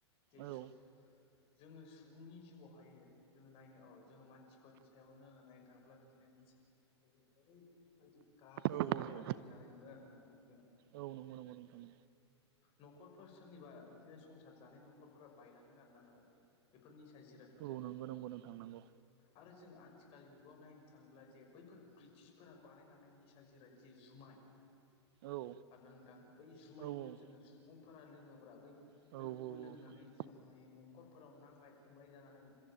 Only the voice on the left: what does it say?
जे
सुबुं जोङो सुबुंनि जिउआवहायो। जोङो नायनो औ जोङो मानसिफोरनि सायावनो जोङो नायनो थाङोब्ला बिदिनो निसा जिरादखौ जों ओरै। बायदि गाज्रि
बेरामफोर
जानाय नुदों आरोना नोंथां जोङो।
नखरफोर सोरनिबा इदिनो संसार जानाय नखरफोरा बायलांदों आरो ना बेफोर निसा जिरादफोरजोंनो।
आरो जों आथिखालनि जुगाव नायनो थाङोब्ला जे बैफोर ब्रिटिशफोरा बानायलांनाय निसा जिराद जि जुमाय।
आरोना ना नोंथां बै जुमायखौ
जोङो सुबुंफोरा लोङोब। बैफोर
बैफोरखौ लोंनानै
जोङोहायो नखरफोराव नांलाय खमलाय जानानै।